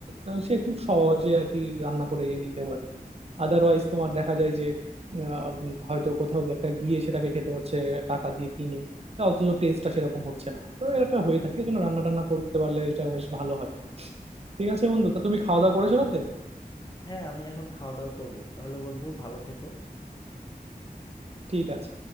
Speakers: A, on the right (about 40°); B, on the left (about 25°).
A: আহ, সে খুব সহজে আর কি রান্না করে নিতে পারে আদারওয়াইজ তোমার দেখা যায় যে আহ, উম, হয়তো কোথাও একটা গিয়ে সেটাকে খেতে হচ্ছে টাকা দিয়ে কিনে তা অথচ টেস্টটা সেরকম হচ্ছে না তো এটা হয়ে থাকে এই জন্য রান্না টান্না করতে পারলে এটা বেশ ভালো হয় ঠিক আছে বন্ধু তো তুমি খাওয়া দাওয়া করেছো রাতে
B: হ্যাঁ আমি এখন খাওয়া দাওয়া করব তাহলে বন্ধু ভালো থেকো
A: ঠিক আছে